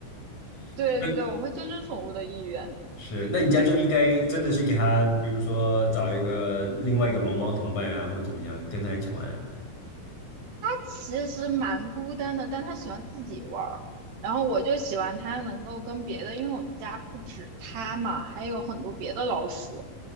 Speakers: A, on the left; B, on the right.
A: <laughs>
B: 对对对，
A: 那
B: 我会尊重宠物的意愿。
A: 是，那你这样就应该真的是给他，比如说找一个另外一个龙猫同伴啊，或怎么样，跟他一起玩。
B: 其实蛮孤单的，但他喜欢自己玩儿，然后我就喜欢他能够跟别的，因为我们家不止他嘛，还有很多别的老鼠。